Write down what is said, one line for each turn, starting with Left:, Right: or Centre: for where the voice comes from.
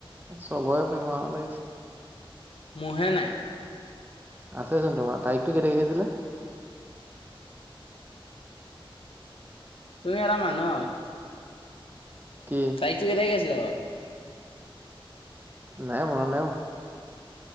Right: চবয়ে প্ৰেমৰ হাৱা লাগিছে।
Left: মোৰহে নাই।
Right: আছেচোন তোমাৰ, তাৰিখটো কে তাইখ আছিলে।
Left: তুমি এটা মানুহ আউ।
Right: কি?
Left: তাৰিখটো কে তাইখ আছিল বাউ।
Right: নাই, মনত নাই মো।